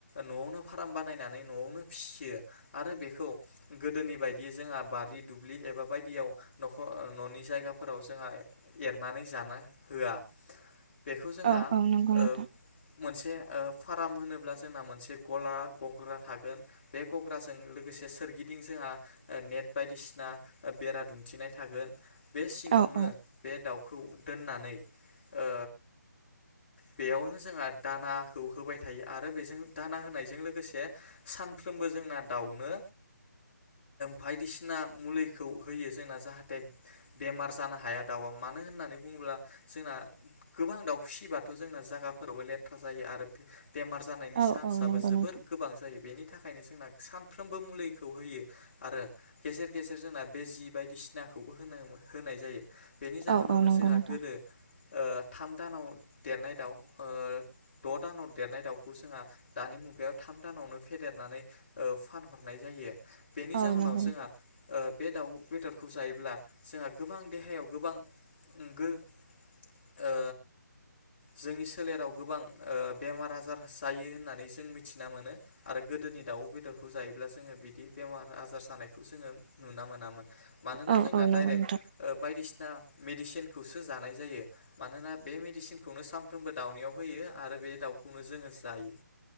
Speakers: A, on the left (about 35°); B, on the right (about 30°).
A: नआवनो फार्म बानायनानै नआवनो फिसियो आरो बेखौ गोदोनि बायदि जोंहा बारि दुब्लि एबा बायदियाव नखर ननि जायगाफोराव जोंहा एरनानै जानो होआ बेखौ जोंहा
B: औ- औ नंगौ
A: ओ
B: नोंथां।
A: मोनसे ओ फार्म होनोब्ला जोंना मोनसे गला गग्रा थागोन। बे गग्राजों लोगोसे सोरगिदिं जोंहा नेट बायदिसिना बेरा दुमथिनाय थागोन। बे सिङावनो
B: औ औ
A: बे दाउखौ दोननानै ओ बेयावनो जोंहा दानाखौ होबाय थायो। आरो बेजों दाना होनायजों लोगोसे सान फ्रोमबो जोंना दाउनो बायदिसिना मुलिखौ होयो। जोंना जाहाथे बेमार जानो हाया दाउआ मानो होननानै बुङोब्ला जोंना गोबां दाउ फिसिबाथ' जोंना जायगाफोरावबो लेथ्रा जायो आरो बेमार जानायनि
B: औ
A: चान्सआबो
B: औ नंगौ
A: जोबोर
B: नोंथां
A: गोबां जायो बेनि बेनि थाखायनो जोंना सानफ्रोमबो मुलिखौ होयो आरो गेजेर -गेजेर जोंना बेजि बायदिसिनाखौबो होनो- होनाय जायो। बेनि जाहोनावनो
B: औ औ नंगौ
A: जोंहा
B: नोंथां
A: गोदो ओ थाम दानाव देरनाय दाउ द दानाव देरनाय दाउखौ जोंहा दानि मुगायाव थाम दानावनो फेदेरनानै ओ फानहरनाय जायो। बेनि
B: औ
A: जाहोनाव
B: नंगौ
A: जोंहा
B: नोंथां
A: ओ बे दाउ बेदरखौ जायोब्ला जोंहा गोबां देहायाव गोबां गो ओ जोंनि सोलेराव गोबां ओ बेमार आजार जायो होननानै जों मिथिना मोनो। आरो गोदोनि दाउ बेदरखौ जायोब्ला जोङो बिदि बेमार आजार जानायखौ जोङो नुना मोनामोन। मानोना
B: औ
A: जोंना
B: औ
A: डाइरेक्ट
B: नंगौ नोंथां
A: बायदिसिना दा मेडिसिनखौसो जानाय जायो। मानोना बे मेडिसिनखौनो सानफ्रोमबो दाउनियाव होयो आरो बे दाउखौनो जोङो जायो।